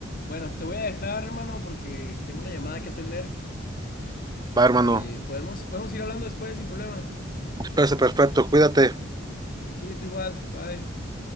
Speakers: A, on the left; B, on the right.
A: Bueno, te voy a dejar, hermano, porque tengo una llamada que atender.
B: Va, hermano.
A: Eh, podemos, podemos ir hablando después sin problema.
B: Parece perfecto. Cuídate.
A: Sí, tú igual, bye.